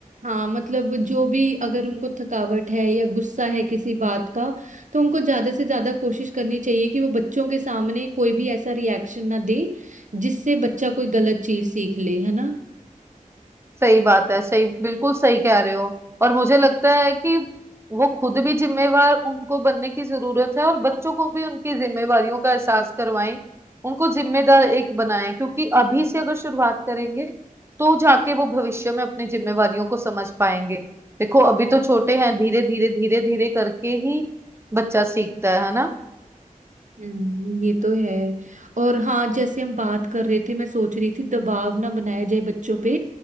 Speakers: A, on the right; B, on the right.
A: हाँ मतलब जो भी अगर उनको थकावट है या गुस्सा है किसी बात का तो उनको ज्यादा से ज्यादा कोशिश करनी चाहिए कि वो बच्चों के सामने कोई भी ऐसा रिएक्शन ना दे जिससे बच्चा कोई गलत चीज सीख ले है ना
B: सही बात है सही बिल्कुल सही कह रहे हो और मुझे लगता है कि वो खुद भी जिम्मेवार उनको बनने की जरूरत है और बच्चों को भी उनकी जिम्मेवारियों का एहसास करवाएं उनको जिम्मेदार एक बनाएं क्योंकि अभी से अगर शुरुआत करेंगे तो जाके वो भविष्य में अपनी जिम्मेवारियों को समझ पाएंगे देखो अभी तो छोटे हैं धीरे धीरे धीरे धीरे करके ही बच्चा सीखता है है ना
A: हम्म ये तो है और हाँ जैसे हम बात कर रहे थे मैं सोच रही थी दबाव ना बनाया जाए बच्चों पे